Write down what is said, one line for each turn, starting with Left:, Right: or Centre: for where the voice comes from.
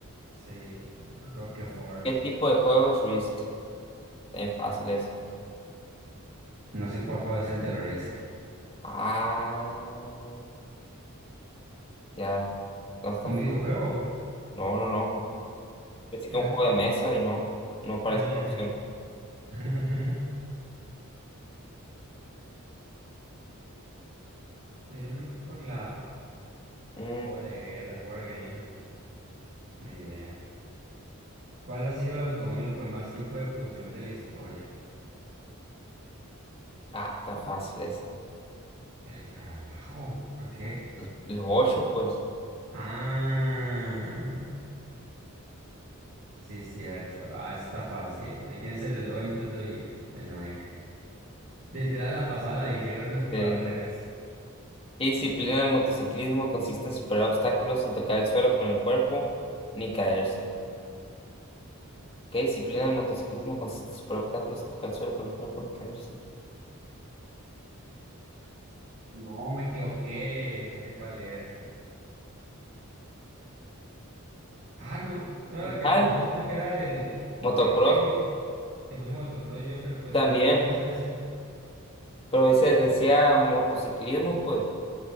Right: Sí, Roquefort.
Left: ¿Qué tipo de juego es Risk? bien fácil eso.
Right: No sé cuál juego es el de Risk.
Left: Ah, ya. No está.
Right: ¿Un
Left: fa-
Right: videojuego?
Left: No, no, no. Pensé
Right: Pero-
Left: que un juego de mesa y no. No parece
Right: Ah.
Left: una opción.
Right: <laughs> Pues yo me fui por la
Left: Mm,
Right: juego de guerra, Wargame. Ni idea. ¿Cuál ha sido el automóvil con más tiempo de producción de la historia?
Left: Ah, está fácil es.
Right: El escarabajo. ¿Por qué?
Left: El, el Wosho, pues.
Right: Ah, sí, cierto. Ah, esta está fácil. ¿De quién es el eslogan Just Do It? De Nike. Desde la la pasada la dijeron, <laughs>
Left: Eh,
Right: pero al revés.
Left: ¿qué disciplina del motociclismo consiste en superar obstáculos sin tocar el suelo con el cuerpo ni caerse? ¿Qué disciplina del motociclismo consiste en superar obstáculos sin tocar el suelo con el cuerpo ni caerse?
Right: No, me equivoqué. Ya sé cuál era. Ah, no. No era la que
Left: Ay,
Right: pensé. Pensé que era del
Left: motocross
Right: el Rally. Le puse motocross yo, pero pues
Left: también,
Right: está en el piso ese.
Left: pero dice, decía motociclismo, pues.